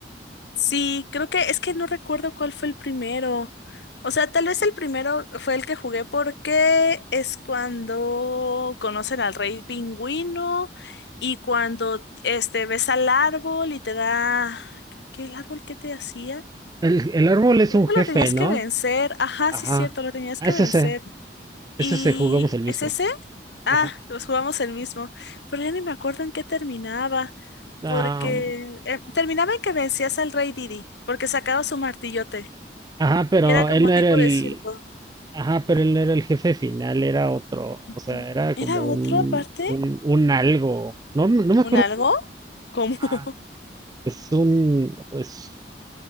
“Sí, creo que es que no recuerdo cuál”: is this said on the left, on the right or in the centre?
Left